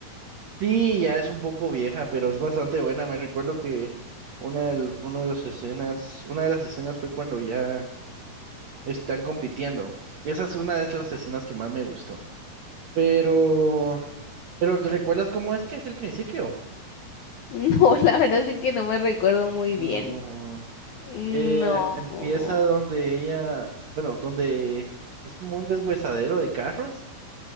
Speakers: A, on the right (about 70°); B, on the left (about 80°).
A: Sí, ya es un poco vieja, pero es bastante buena. Me recuerdo que una del- uno de las escenas, una de las escenas fue cuando ya están compitiendo. Y esa es una de las escenas que más me gustó. Pero, pero ¿te recuerdas cómo es que es el principio?
B: <laughs> No, la verdad es que no me recuerdo muy
A: No.
B: bien. No.
A: Eh, empieza donde ella, bueno, donde es como un deshuesadero de carros